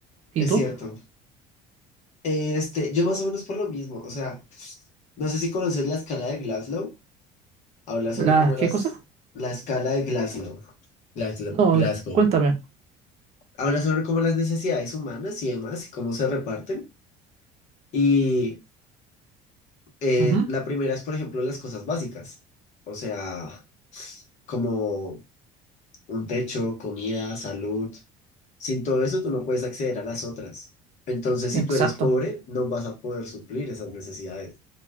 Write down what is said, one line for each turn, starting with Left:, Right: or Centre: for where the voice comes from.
Right: ¿Y
Left: Es
Right: tú?
Left: cierto. Este, yo más o menos por lo mismo. O sea, no sé si conoces la escala de Glasgow. Habla sobre
Right: ¿Las
Left: cómo las,
Right: qué cosas?
Left: la escala de Glasgow. Glasgow,
Right: No,
Left: Glasgow.
Right: cuéntame.
Left: Habla sobre cómo las necesidades humanas y demás y cómo se reparten. Y eh,
Right: Ujú,
Left: la primera es, por ejemplo, las cosas básicas. O sea, como un techo, comida, salud. Sin todo eso, tú no puedes acceder a las otras. Entonces,
Right: Exacto,
Left: si tú eres pobre, no vas a poder suplir esas necesidades